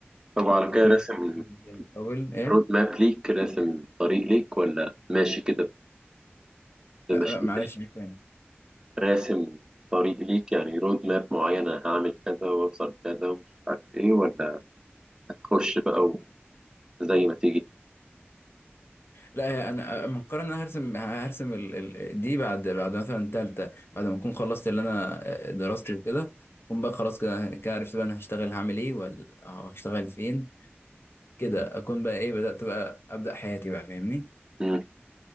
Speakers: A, on the right; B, on the left.
A: طب على
B: فاكون
A: كده راسم
B: مستفيد من يعني اول ايه
A: رود ماب ليك راسم طريق ليك ولا ماشي كده
B: لا
A: بمشيئة
B: ما- معلش عيد تاني
A: راسم طريق ليك يعني رود ماب معين انا هعمل كذا واوصل كذا ومش عارف ايه ولا هتخش بقى وزي ما تيجي
B: لا هي انا أنا مقرر ان انا هرسم هرسم ال... ال... دي بعد بعد مثلا تالتة بعد ما اكون خلصت اللي انا آه، دراستي وكده اكون بقى خلاص كده كده عرفت بقى انا هشتغل هعمل ايه ولا هشتغل فين كده اكون بقى ايه بدأت بقى ابدأ حياتي بقى فاهمني
A: مم.